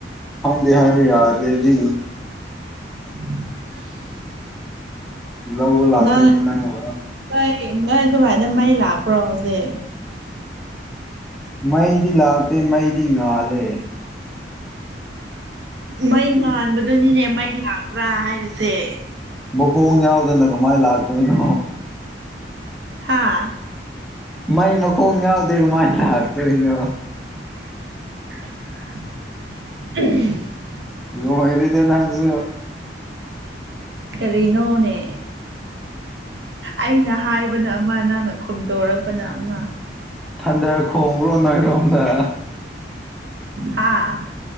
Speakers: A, in the centre; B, on the right.
A: ꯍꯔꯕꯤ ꯌꯥꯗꯦꯗꯤ
B: <unintelligible>
A: ꯂꯧꯕ ꯂꯥꯛꯇꯅꯦ
B: ꯅꯪ
A: ꯅ ꯃ
B: ꯅꯣꯏ ꯅꯣꯏ ꯑꯗꯨꯚꯥꯏꯗ ꯃꯩ ꯂꯥꯛꯄ꯭ꯔꯣ ꯍꯧꯖꯤꯛ
A: ꯃꯩꯗꯤ ꯂꯥꯒꯇ ꯃꯩꯗꯤ ꯉꯅꯥ ꯂꯩ
B: ꯃꯩ ꯉꯥꯟꯕꯗꯨꯅꯤꯅꯦ ꯃꯩ ꯂꯥꯛꯄ꯭ꯔꯥ ꯍꯥꯏꯔꯤꯁꯦ
A: ꯃꯈꯣꯡ ꯌꯥꯎꯗꯅ ꯀꯃꯥꯏ ꯂꯥꯛꯇꯣꯏꯅꯣ
B: ꯍꯥꯥ
A: ꯃꯥꯏ ꯃ ꯃꯈꯣꯡ ꯌꯥꯎꯗ ꯃꯥꯥꯏ ꯂꯥꯛ ꯇꯅ
B: <unintelligible>
A: ꯂ ꯍꯔꯤꯗ ꯅꯪꯁꯨ
B: ꯀꯔꯤꯅꯣꯅꯦ ꯑꯩꯅ ꯍꯥꯏꯕꯅ ꯑꯃ ꯅꯪꯅ ꯈꯨꯝꯗꯣꯔꯛꯄꯅ ꯑꯃ
A: ꯊꯟꯗꯔ ꯈꯣꯡꯕ꯭ꯔꯣ ꯅꯣꯏꯔꯣꯝꯗ
B: ꯍꯥꯥ